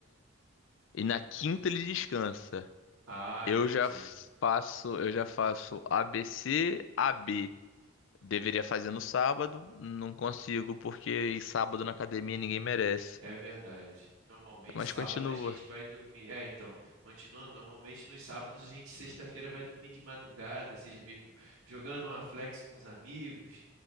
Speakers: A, on the left; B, on the right.
A: E na quinta ele descansa.
B: Ah,
A: Eu
B: entendi.
A: já faço, eu já faço ABC, AB. Deveria fazer no sábado, não consigo, porque sábado na academia ninguém merece.
B: É verdade. Normalmente
A: Mas
B: sábado
A: continua.
B: a gente vai dormir. É, então, continuando, normalmente nos sábados a gente sexta-feira vai dormir de madrugada, seja mesmo jogando uma flex com os amigos,